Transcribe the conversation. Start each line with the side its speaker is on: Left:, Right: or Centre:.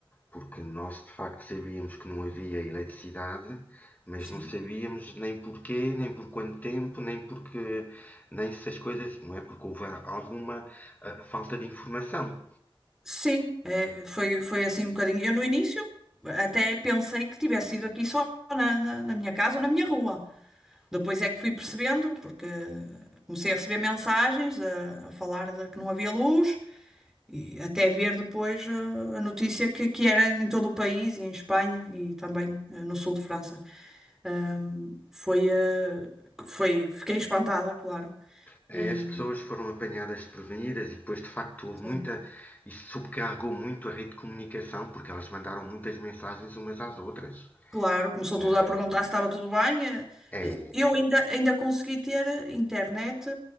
Left: porque nós de facto sabíamos que não havia eletricidade, mas
Centre: sim.
Left: não sabíamos nem porquê, nem por quanto tempo, nem porque nem se as coisas, não é? Porque houve alguma eh, falta de informação.
Centre: Sim, é, foi, foi assim um bocadinho. Eu no início até pensei que tivesse sido aqui só na, na, na minha casa ou na minha rua. Depois é que fui percebendo, porque comecei a receber mensagens a, a falar de que não havia luz, e até ver depois eh, a notícia que, que era em todo o país, e em Espanha e também eh, no sul de França. Ahm, foi, eh, foi, fiquei espantada, claro.
Left: É,
Centre: E
Left: As pessoas foram apanhadas desprevenidas e depois, de facto, houve
Centre: sim,
Left: muita. Isso sobrecarregou muito a rede de comunicação, porque elas mandaram muitas mensagens umas às outras.
Centre: claro, começou
Left: Ah,
Centre: tudo a perguntar se estava tudo bem. eh,
Left: É.
Centre: e Eu ainda, ainda consegui ter internet,